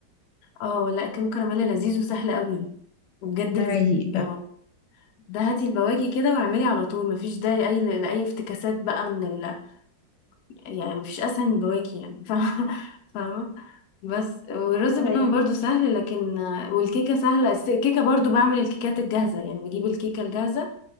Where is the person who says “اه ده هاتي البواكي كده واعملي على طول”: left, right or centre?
Left